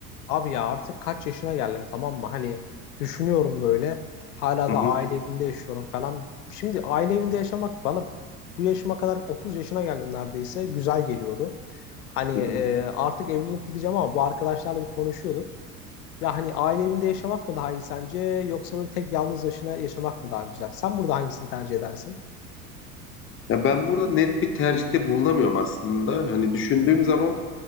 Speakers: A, on the left; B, on the left.
A: Abi ya artık kaç yaşına geldim tamam mı? Hani düşünüyorum böyle. Hala
B: Hı
A: da
B: hı,
A: aile evinde yaşıyorum falan. Şimdi aile evinde yaşamak bana bu yaşıma kadar 30 yaşına geldim neredeyse. Güzel geliyordu. Hani
B: hı
A: e,
B: hı.
A: artık evlenip gideceğim ama bu arkadaşlarla bir konuşuyorduk. Ya hani aile evinde yaşamak mı daha iyi sence yoksa böyle tek yalnız başına yaşamak mı daha güzel? Sen burada hangisini tercih edersin?
B: Ya ben burada net bir tercihte bulunamıyorum aslında. Hani düşündüğüm zaman